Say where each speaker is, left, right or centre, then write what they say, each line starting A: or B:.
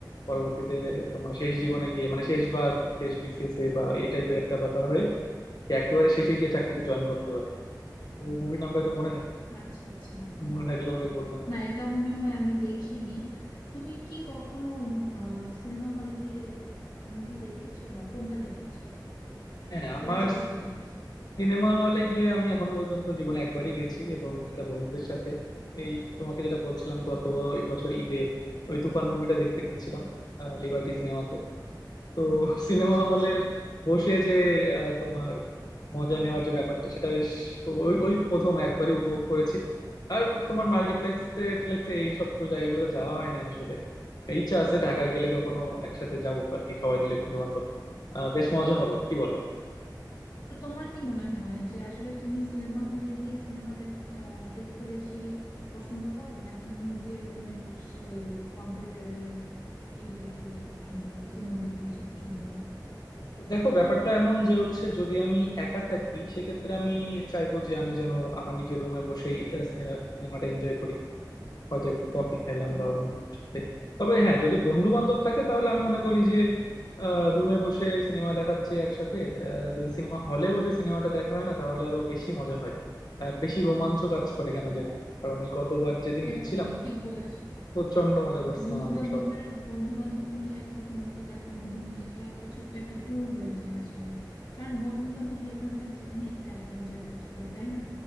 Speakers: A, on the left; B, on the left.
A: পরবর্তীতে তোমার শেষ জীবনে গিয়ে মানে শেষবার শেষ বিসিএস এ বা এই টাইপের একটা ব্যাপার হয়ে সে একেবারে শেষে গিয়ে চাকরিতে জয়েন করতে পারে তো মুভির নামটা হয়তো মনে নেই
B: আচ্ছা আচ্ছা
A: মনে থাকলে তোমাকে বলতাম আর
B: না
A: কি।
B: এটা মনে হয় আমি দেখিনি তুমি কি কখনো সিনেমা হলে গিয়ে মুভি দেখেছো বা কোনটা দেখেছো
A: হ্যাঁ আমার
B: লাস্ট কোনটা দেখেছো
A: সিনেমা হলে গিয়ে আমি এখনো পর্যন্ত জীবনে একবারই গেছি এবং সেটা বন্ধুদের সাথে এই তোমাকে যেটা বলছিলাম গত বছর ঈদে ওই তুফান মুভিটা দেখতে গিয়েছিলাম লিবার্টি সিনেমাতে তো সিনেমা
B: আচ্ছা আচ্ছা
A: হলের বসে যে আহ, তোমার মজা নেওয়ার যে ব্যাপারটা সেটা বেশ ওই ওই প্রথম একবারই উপভোগ করেছি আর তোমার মাল্টিপ্লেক্সে টিপ্লেক্সে এই সব জায়গাগুলোতে যাওয়া হয় নাই আসলে ইচ্ছা আছে ঢাকায় গেলে কখনো একসাথে যাবো আর কি সবাই মিলে বন্ধু বান্ধব বেশ মজা হবে কি বলো
B: তো তোমার কি মনে হয় যে আসলে তুমি সিনেমা হলে গিয়ে সিনেমা দেখতে বেশি পছন্দ করো নাকি নিজের রুমে বসে কম্পিউটারে টিভি দেখতে বেশি পছন্দ করো সিনেমা দেখতে বেশি পছন্দ করো
A: দেখো ব্যাপারটা এমন যে হচ্ছে যদি আমি একা থাকি সেক্ষেত্রে আমি চাইবো যে আমি যেন আমার নিজের রুমে বসেই সিনেমাটা এনজয় করি হয়তো একটু কফি খাইলাম বা অন্য কিছু সাথে তবে হ্যাঁ যদি বন্ধু বান্ধব থাকে তাহলে আমি মনে করি যে রুমে বসে সিনেমা দেখাচ্ছে একসাথে আহ, যদি সিনেমা হলে বসে সিনেমাটা দেখা হয় না তাহলে আরো বেশি মজা হয় আহ, বেশি রোমাঞ্চ কাজ করে কেন জানি আমার। কারণ ওই গতবার যেদিন
B: একদম
A: গেছিলাম
B: ঠিক বলেছো
A: প্রচন্ড মজা করছিলাম
B: বন্ধু
A: আমরা
B: বান্ধবের
A: সবাই
B: বন্ধু বান্ধব মিলে একসাথে মুভি দেখার মধ্যে মানে সেটাও একটা ছোট্ট একটা ট্যুর হয়ে যায় আসলে কারণ বন্ধু বান্ধব যেখানে থাকে সেখানে একটা অ্যাডভেঞ্চার কাজ করে তাই না